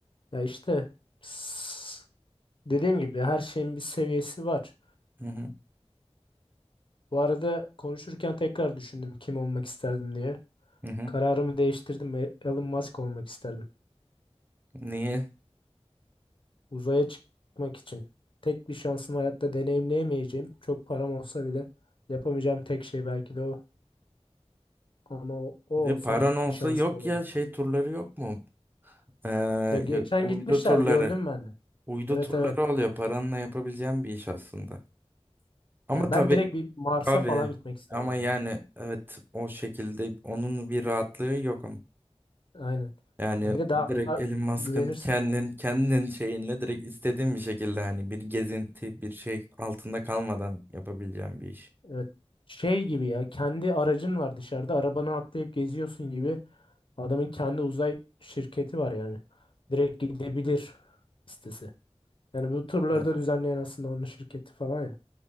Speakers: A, on the left; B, on the right.
A: Ya işte s- dediğim gibi her şeyin bir seviyesi var.
B: Hı hı.
A: Bu arada konuşurken tekrar düşündüm kim olmak isterdim diye.
B: Hı hı.
A: Kararımı değiştirdim ve Elon Musk olmak isterdim.
B: Niye?
A: Uzaya çıkmak için. Tek bir şansım hayatta deneyimleyemeyeceğim. Çok param olsa bile yapamayacağım tek şey belki de o. Ama o, o olsam
B: Ya paran olsa
A: bir şansım
B: yok
A: olur.
B: ya şey turları yok mu? Ee,
A: Ya geçen
B: ya uydu
A: gitmişler
B: turları.
A: gördüm ben de.
B: Uydu
A: Evet
B: turları
A: evet.
B: oluyor. Paranla yapabileceğim bir iş aslında. Ama
A: Ya
B: tabii
A: ben direkt bir Mars'a
B: abi
A: falan gitmek isterdim
B: ama yani
A: ya.
B: evet o şekilde onun bir rahatlığı yok ama.
A: Aynen.
B: Yani
A: Ya bir de daha
B: direkt Elon Musk'ın
A: güvenirsin.
B: kendin kendin şeyinle direkt istediğin bir şekilde hani bir gezinti bir şey altında kalmadan yapabileceğim bir iş.
A: Evet. Şey gibi ya kendi aracın var dışarıda arabana atlayıp geziyorsun gibi Adamın kendi uzay şirketi var yani. Direkt gidebilir listesi. Yani bu turları
B: Evet.
A: da düzenleyen aslında onun şirketi falan ya.